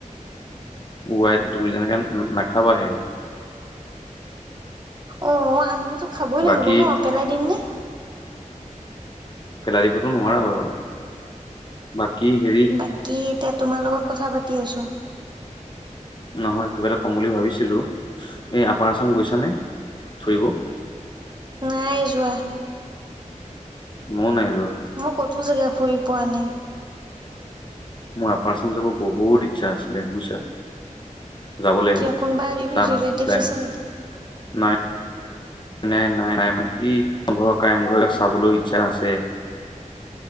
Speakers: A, on the left; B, on the right.
A: ৱাই তুমি যেনেকে নাখাবাহে।
B: অ অ আনিলেতো খাবই লাগিব
A: বাকী
B: ন পেলাই দিমনে।
A: পেলাই দিবতো নোৱাৰা বাৰু বাকী হেৰি।
B: বাকী এতিয়া তোমাৰ লগত কথা পাতি আছো।
A: নহয় কিবা এটা কম বুলি ভাবিছিলো। এই আপাৰ আছাম গৈছানে ফুৰিব।
B: নাই যোৱা।
A: মই নাই যোৱা।
B: মই ক'তো জেগাই ফুৰি পোৱা নাই।
A: মই আপাৰআচাম যাব বহুত ইচ্ছা আছিলে বুইছা। যাব লাগিব
B: কিয় কোনোবা ৰিলেটিভছ
A: চাম প্লেন।
B: আছে নেকি?
A: নাই নাই নাই নাই এই ৰং ঘৰ কাৰেং ঘৰ এইবিলাক চাবলৈ ইচ্ছা আছে।